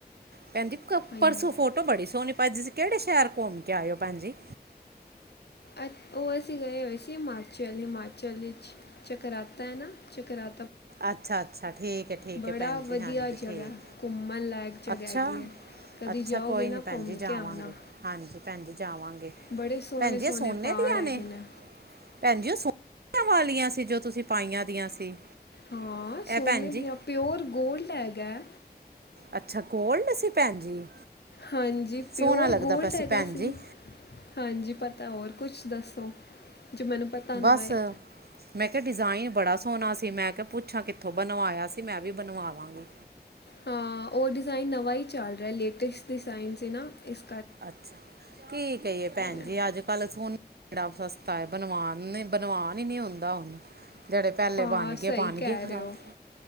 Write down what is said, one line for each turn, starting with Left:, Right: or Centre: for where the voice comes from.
Right: ਕਹਿੰਦੀ
Left: ਹਾਂਜੀ
Right: ਪਰਸੋਂ ਫੋਟੋ ਬੜੀ ਸੋਹਣੀ ਭਾ ਤੁਸੀ ਕਿਹੜੇ ਸ਼ਹਿਰ ਘੁੰਮ ਕੇ ਆਇਓ ਪੈਣਜੀ।
Left: ਅ ਉਹ ਅਸੀਂ ਗਏ ਹੋਏ ਸੀ ਹਿਮਾਚਲ-ਹਿਮਾਚਲ ਵਿੱਚ ਚਕਰਾਤਾ ਹੈ, ਨਾ ਚਕਰਾ
Right: ਅੱਛਾ-ਅੱਛਾ। ਠੀਕ ਹੈ-ਠੀਕ
Left: ਬੜਾ
Right: ਹੈ, ਭੈਣ
Left: ਵਧੀਆ
Right: ਜੀ। ਹਾਂਜੀ,
Left: ਜਗ੍ਹਾ
Right: ਠੀਕ।
Left: ਹੈ, ਘੁੰਮਣ ਲਾਇਕ ਜਗ੍ਹਾ
Right: ਅੱਛਾ?
Left: ਹੈਗੀ ਹੈ ਕਦੀ
Right: ਅੱਛਾ,
Left: ਜਾਓਗੇ
Right: ਕੋਈ
Left: ਨਾ
Right: ਨੀ ਭੈਣ
Left: ਘੁੰਮ
Right: ਜੀ, ਜਾਵਾਂਗੇ।
Left: ਕੇ ਆਣਾ
Right: ਹਾਂਜੀ, ਭੈਣ ਜੀ ਜਾਵਾਂਗੇ।
Left: ਬੜੇ ਸੋਹਣੇ
Right: ਭੈਣਜੀ,
Left: ਸੋਹਣੇ
Right: ਏਹ ਸੋਨੇ
Left: ਪਹਾੜ
Right: ਦੀ
Left: ਹੈਗੇ
Right: ਆਣੇ?
Left: ਨੇ
Right: ਭੈਣ ਜੀ ਉਹ ਸੋ ਏ ਵਾਲੀਆਂ ਸੀ ਜੋ ਤੁਸੀਂ ਪਾਈਆਂ ਦੀਆਂ ਸੀ?
Left: ਹਾਂਆੰ, ਸੋਨੇ
Right: ਇਹ ਭੈਣ
Left: ਦੀਆਂ।
Right: ਜੀ
Left: ਪਿਓਰ ਗੋਲਡ ਹੈ। ਗੈ
Right: ਅੱਛਾ, ਕੋਲ ਨਹੀਂ ਸੀ, ਭੈਣ ਜੀ?
Left: ਹਾਂਜੀ,
Right: ਸੋਹਣਾ
Left: ਪਿਓਰ
Right: ਲੱਗਦਾ
Left: ਗੋਲਡ
Right: ਪਿਆ
Left: ਹੈਗਾ
Right: ਭੈਣ
Left: ਸੀ।
Right: ਜੀ
Left: ਹਾਂਜੀ, ਪਤਾ ਹੋਰ ਕੁਛ ਦੱਸੋ? ਜੋ ਮੈਨੂੰ ਪਤਾ ਨਾ
Right: ਬਸ
Left: ਹੋਏ
Right: ਮੈਂ ਕਿਆ ਡਿਜ਼ਾਇਨ ਬੜਾ ਸੋਹਣਾ ਸੀ, ਮੈਂ ਕਿਆ ਪੁੱਛਾਂ ਕਿੱਥੋਂ ਬਣਵਾਇਆ ਸੀ ਮੈਂ ਵੀ ਬਣਵਾਵਾਂਗੀ।
Left: ਹਾਂ, ਔ ਡਿਜ਼ਾਇਨ ਨਵਾਂ ਈ ਚੱਲ ਰਿਐ, ਲੇਟਸਟ ਡਿਜ਼ਾਇਨ ਸੀ ਨਾ ਏਸ
Right: ਅੱਛਾ, ਕੀ ਕਈਏ ਪੈੰਣਜੀ
Left: ਹੈ
Right: ਅੱਜ ਕੱਲ ਸੋਣ ਕੇੜਾ ਸਸਤਾ ਏ, ਬਣਵਾਨ ਨੀ ਬਣਵਾਨ ਹੀ ਨੀ ਹੁੰਂਦਾ ਹੁਣ। ਜਿਹੜੇ ਪਹਿਲੇ
Left: ਹਾਂ,
Right: ਬਣ ਗਏ
Left: ਸਹੀ
Right: ਬਣ
Left: ਕੈ
Right: ਗਏ ਖਰਾਬ
Left: ਰੇ ਔ‌,